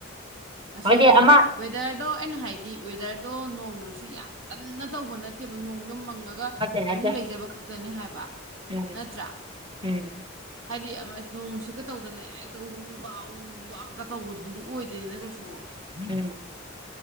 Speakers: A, on the right; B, on the right.
A: ꯉꯁꯤꯒꯤ
B: ꯍꯣꯏꯗꯤ ꯑꯃ
A: ꯋꯦꯗꯔꯗꯣ ꯑꯩꯅ ꯍꯥꯏꯗꯤ ꯋꯦꯗꯔꯗꯣ ꯅꯣꯡ ꯁꯤ ꯌꯥꯝ ꯀꯟꯅ ꯇꯧꯕ ꯅꯠꯇꯦꯕ ꯅꯣꯡꯗꯪ ꯃꯪ ꯒ
B: ꯅꯠꯇꯦ
A: ꯑꯣꯡꯂꯤ
B: ꯅꯠꯇꯦ
A: ꯂꯩꯖꯕ ꯈꯛ ꯗꯅꯤ ꯍꯥꯏꯕ
B: ꯎꯝ
A: ꯅꯠꯇ꯭ꯔꯥ
B: ꯎꯝ
A: ꯍꯥꯏꯗꯤ ꯑꯃ ꯅꯣꯡꯅꯨꯡꯁꯤꯠꯀ ꯇꯧꯗꯅ ꯑꯦꯛꯇ ꯎ ꯋꯥ ꯎ ꯋꯥꯀ ꯇꯧꯕꯗꯨꯗꯤ ꯑꯣꯏꯗꯦ ꯗꯦꯅ ꯀꯩꯁꯨ
B: ꯎꯝ